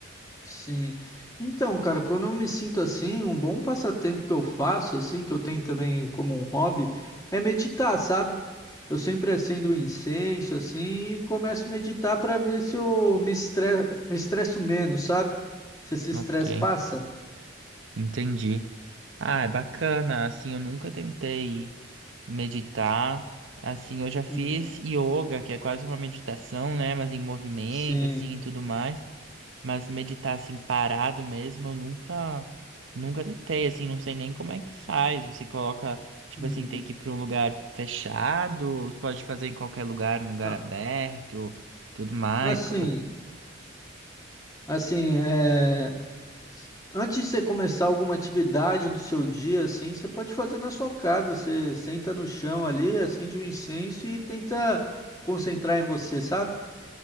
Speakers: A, on the left; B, on the right.
A: sim. Então, cara, quando eu me sinto assim, um bom passatempo que eu faço, assim, que eu tenho também como um hobby, é meditar, sabe? Eu sempre acendo um incenso, assim, e começo a meditar para ver se eu me estre... me estresso menos, sabe? Se esse estresse
B: Ok,
A: passa.
B: entendi. Ah, é bacana. Assim, eu nunca tentei meditar. Assim, eu já fiz
A: Uhum.
B: yoga, que é quase uma meditação, né? Mas em movimento,
A: Sim.
B: assim, e tudo mais. Mas meditar assim parado mesmo, eu nunca nunca tentei, assim, não sei nem como é que faz. Você coloca, tipo
A: Uhum.
B: assim, tem que ir para um lugar fechado, ou pode fazer em qualquer lugar, num lugar
A: Ah,
B: aberto, tudo mais.
A: Assim,
B: Co-
A: assim, é. Antes de você começar alguma atividade do seu dia, assim, você pode fazer na sua casa. Você senta no chão ali, acende um incenso e tenta concentrar em você, sabe?